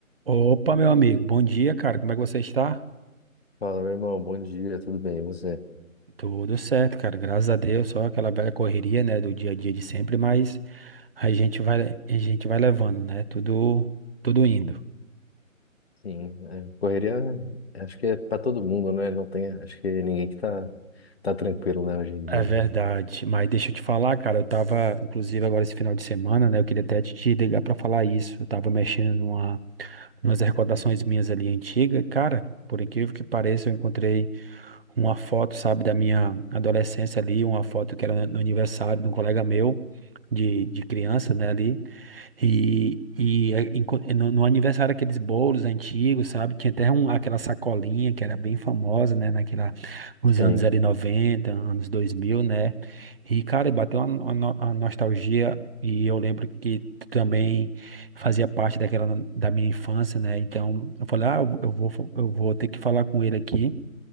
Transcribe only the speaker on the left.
Fala, meu irmão, bom dia, tudo bem, e você?
Sim, é, correria, acho que é para todo mundo, né? Não tem, acho que ninguém que tá, tá tranquilo, né, hoje em
dia
de...
Sim,